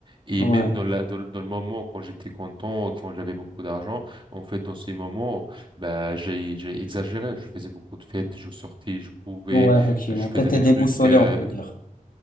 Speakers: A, on the right; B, on the left.
A: Et
B: ouais,
A: même dans la dans, le dans le moment quand j'étais content, quand j'avais beaucoup d'argent, en fait dans ces moments, bah j'ai j'ai exagéré. Je faisais beaucoup de fêtes, je sortais, je pouvais,
B: ouais, effectivement.
A: je faisais
B: T'étais
A: des
B: déboussolé,
A: trucs euh,
B: on peut dire.